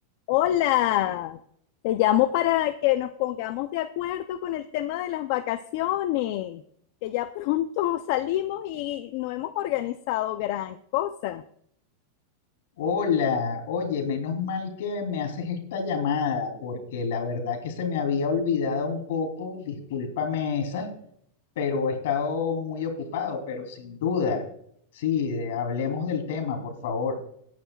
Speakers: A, on the left (about 55°); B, on the left (about 75°).
A: Hola, te llamo para que nos pongamos de acuerdo con el tema de las vacaciones, que ya pronto salimos y no hemos organizado gran cosa.
B: Hola, oye, menos mal que me haces esta llamada, porque la verdad que se me había olvidado un poco, discúlpame esa, pero he estado muy ocupado, pero sin duda. Sí, de- hablemos del tema, por favor.